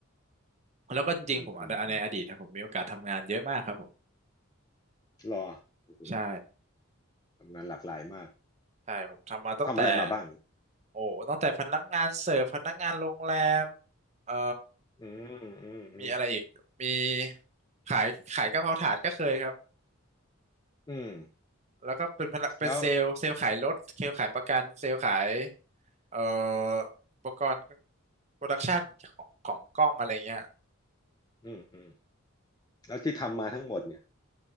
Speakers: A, on the right; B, on the left.
A: แล้วก็จริงๆผมในในอดีตนะผมมีโอกาสทำงานเยอะมากครับผม
B: อืมอืมอืมรอโอ้โห
A: ใช่
B: ทำงานหลากหลายมาก
A: ใช่ผมทำมาตั้งแต่
B: ทำอะไรมาบ้าง
A: โอ้ตั้งแต่พนักงานเสิร์ฟพนักงานโรงแรมเอ่อ
B: อืมอืมอืม
A: มีอะไรอีกมีขายขายกะเพราถาดก็เคยครับ
B: อืม
A: แล้วก็เป็นพนักเป็นเซลล์เซลล์ขายรถเซลล์ขายประกันเซลล์ขาย
B: แล้ว
A: เอ่ออุปกรณ์โปรดักชันของของกล้องอะไรเงี้ย
B: อืมอืมแล้วที่ทำมาทั้งหมดเนี่ย